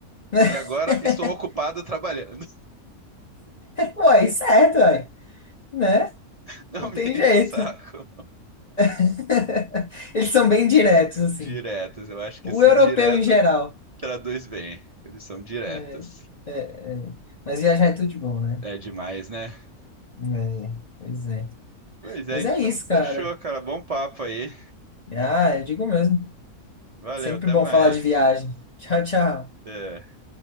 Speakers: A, on the left; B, on the right.
A: <laughs>
B: E agora estou ocupado trabalhando.
A: Uai, certo, uai. Né?
B: <laughs> Não
A: Não
B: me
A: tem
B: enche
A: jeito.
B: o saco.
A: <laughs> Eles são bem diretos, assim.
B: Diretos, eu acho que
A: O
B: assim,
A: europeu
B: direto
A: em geral.
B: traduz bem. Eles são diretos.
A: É, é, é. Mas viajar é tudo de bom, né?
B: É demais, né?
A: É, pois é.
B: Pois é,
A: Mas
B: então
A: é isso, cara.
B: fechou, cara. Bom papo aí.
A: Ah, eu digo mesmo.
B: Valeu,
A: Sempre
B: até
A: bom
B: mais.
A: falar de viagem. <laughs> Tchau, tchau.
B: É.